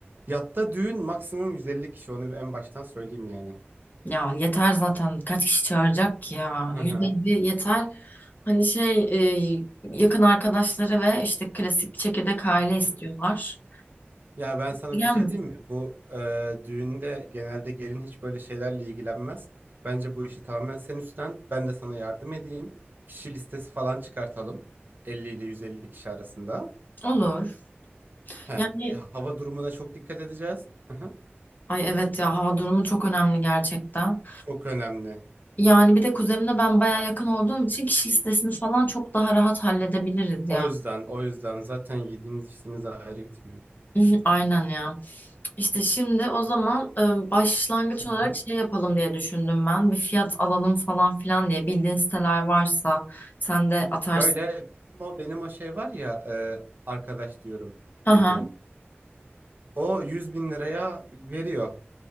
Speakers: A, on the right; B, on the left.
A: Yatta düğün maksimum 150 kişi onu en baştan söyleyeyim yani.
B: ya yeter zaten kaç kişi çağıracak ki ya.
A: Hı
B: 150
A: hı.
B: yeter. Hani şey e, yakın arkadaşları ve işte klasik çekirdek aile
A: Hı
B: istiyorlar.
A: hı. Ya ben sana
B: Gelir
A: bir şey
B: misin?
A: diyeyim mi? Bu e, düğünde genelde gelin hiç böyle şeylerle ilgilenmez. Bence bu işi tamamen sen üstlen. Ben de sana yardım edeyim. Kişi listesi falan çıkartalım. 50 ile 150 kişi arasında.
B: Olur.
A: He,
B: Yani
A: e, hava durumuna çok dikkat edeceğiz. Hı hı.
B: ay evet ya hava durumu çok önemli gerçekten.
A: Çok önemli.
B: Yani bir de kuzenimle ben baya yakın olduğum için kişi listesini falan çok daha rahat halledebiliriz
A: O
B: ya.
A: yüzden, o yüzden zaten yediğiniz içtiğiniz ayrı gitmiyor.
B: <laughs> Aynen ya. İşte şimdi o zaman e, başlangıç
A: Hı
B: olarak
A: hı.
B: şey yapalım diye düşündüm ben. Bir fiyat alalım falan filan diye. Bildiğin siteler varsa sen de atarsın.
A: Şöyle bizim o, benim o şey var ya e, arkadaş diyorum
B: Hı hı.
A: dediğim. O 100 bin liraya veriyor.